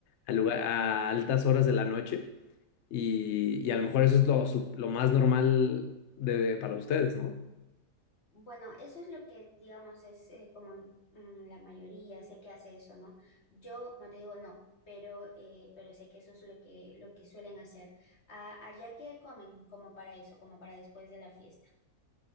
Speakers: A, on the left; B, on the left.
A: a, lugar, a altas horas de la noche y, y a lo mejor eso es lo, sup- lo más normal de, para ustedes, ¿no?
B: Bueno, eso es lo que, digamos, es eh, como mm, la mayoría, sé que hace eso, ¿no? Yo, no te digo no, pero, eh, pero sé que eso es lo que, lo que suelen hacer. Ah, allá que comen como para eso, como para después de la fiesta.